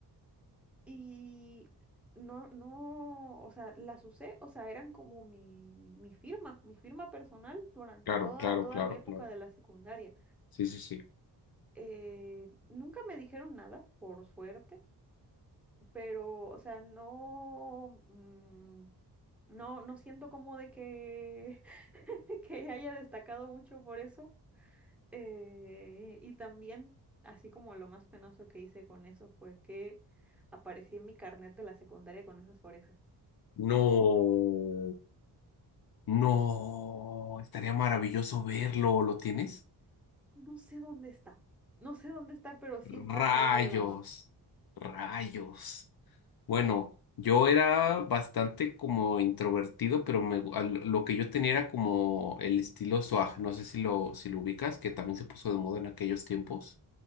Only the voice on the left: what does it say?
Claro,
claro,
claro,
claro.
Sí, sí, sí.
No, no. Estaría maravilloso verlo. ¿Lo tienes?
Rayos,
rayos. Bueno, yo era bastante como introvertido, pero me, gu- al- lo que yo tenía era como el estilo swag, no sé si lo, si lo ubicas, que también se puso de moda en aquellos tiempos.